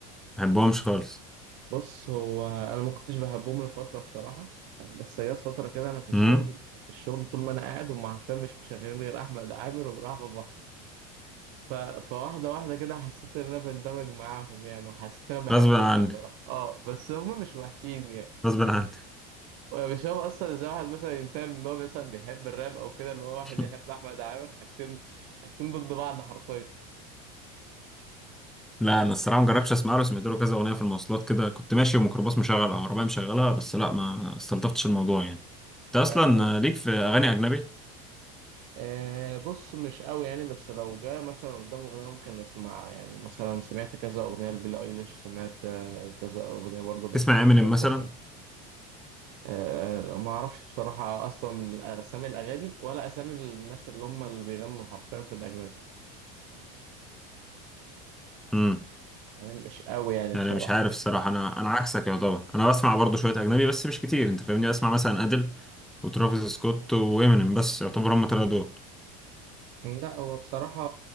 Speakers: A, in the centre; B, on the right.
A: بحبهمش خالص
B: بص هو انا ما كنتش بحبهم لفتره بصراحه بس جت فتره كده انا في الشغل
A: امم
B: في الشغل طول ما انا قاعد هم عارفين مش مشغلين غير احمد عامر ورحب ابو حسن ف... فواحده واحده كده حسيت ان انا بندمج معاهم يعني وحسيت ان انا بحبهم
A: غصب عني
B: بصراحه اه بس هم مش وحشين يعني
A: غصب عني
B: مش هو اصلا زي واحد مثلا ينتقل من ان هو مثلا بيحب الراب او كده اللي هو واحد
A: <laughs>
B: يحب احمد عامر حاجتين حاجتين ضد بعض حرفيا
A: لا انا الصراحه ما جربتش اسمع له سمعت له كذا اغنيه في المواصلات كده كنت ماشي وميكروباص مشغل او عربيه مشغلها بس لا ما استلطفتش الموضوع يعني انت اصلا
B: ايوه
A: ليك في اغاني اجنبي
B: أه بص مش قوي يعني بس لو جه مثلا قدام أغنية ممكن أسمع يعني مثلا سمعت كذا أغنية لبيلي أيليش سمعت آه، كذا أغنية برضه لإكس
A: تسمع
B: إكس
A: امينيم
B: تنتاسيون
A: مثلا
B: أه ما أعرفش بصراحة أصلا أسامي الأغاني ولا أسامي الناس اللي هم اللي بيغنوا حرفيا في الأجنبي
A: امم
B: فاهم؟ مش قوي يعني
A: يعني
B: بصراحة
A: مش عارف الصراحه انا انا عكسك يعتبر انا بسمع برضه شويه اجنبي بس مش كتير انت فاهمني بسمع مثلا ادل وترافيس سكوت وامينيم بس يعتبر هم تلاتة دول
B: لا هو بصراحة